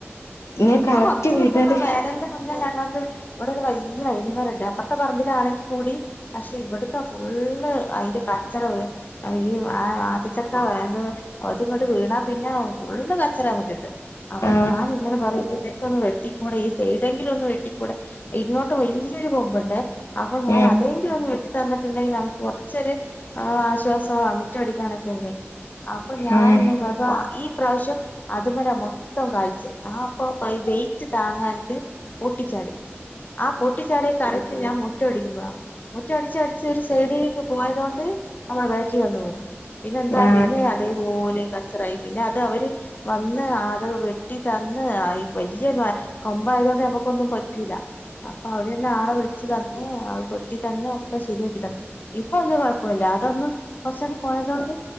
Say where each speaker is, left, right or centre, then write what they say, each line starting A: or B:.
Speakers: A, on the left (about 90°); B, on the left (about 40°).
A: ഞാൻ
B: ഇപ്പൊ
A: കറക്റ്റ്
B: കൊർച്ച്
A: വീട്ടിനകത്ത്
B: മുന്നെപ്പ വേദനന്റെ മുന്നേ ഞങ്ങക്ക് ഇവിടെ ഒരു വല്യ ഐനിമരണ്ട് അപ്പർത്തെ പറമ്പിലാണെങ്കിൽ കൂടി പക്ഷെ ഇവട്ക്കാ ഫുള്ള് അയിന്റെ കച്ചറ വി ഈ ആ ആദ്യ ച്ചക്ക ആത് അത് ഇങ്ങട്ട് വീണാ പിന്നെ ഫുള്ള് കച്ചറ മുറ്റത് അപ്പൊ
A: ആ
B: ഞാനിങ്ങനെ ചെറീക്കൊന്ന് വെട്ടിക്കൂടെ ഈ സൈഡെങ്കിലും ഒന്ന് വെട്ടിക്കൂടെ ഇങ്ങോട്ട് വല്ല്യൊരു കൊമ്പുണ്ടെ അപ്പൊ ഞാൻ
A: ഉം
B: അതേങ്കിലൊന്ന് വെട്ടി തന്നിട്ടുണ്ടെങ്കിനമുക്ക് കൊർച്ചൊര് ആ ആശ്വാമാണ് മുറ്റടിക്കാനൊക്കെല്ലെ അപ്പൊ ഞാൻ
A: ഉം
B: ഇങ്ങനെ <unintelligible> ഈ പ്രാവശ്യം അതുമലാ മൊ ത്തം കായ്ചെ ആ അപ്പപ്പ വെയിറ്റ് താങ്ങാഞ്ഞിട്ട് പൊട്ടിച്ചാടി ആ പൊട്ടിച്ചാട്യേ കറക്റ്റ് ഞാൻ മുറ്റടിക്കുമ്പഴളാ മുറ്റം അടിച്ചടിച്ച് ഒരു സൈടീക്ക് പോയതോണ്ട് അത് അ ബേക്കി വന്ന് വീണു പിന്നെ എന്താ
A: ആ
B: പിന്നെ അതേപോലെ കച്ചറായി പിന്നെ അത് അവര് വന്ന് ആത് വെട്ടി തന്ന് ആയി വല്യ വ കൊമ്പായതു കൊണ്ട് നമക്കൊന്നും പറ്റൂല. അപ്പൊ അവര് തന്നെ ആളെ വിളിച്ചു തന്ന് അത് വെട്ടി തന്ന് ഒക്കെ ശരിയാക്കി തന്ന്. ഇ പ്പോ വല്ല്യ കൊഴപ്പോല്ല്യ. അതൊന്ന് കൊറച്ചാണ്ട് പോയതോണ്ട്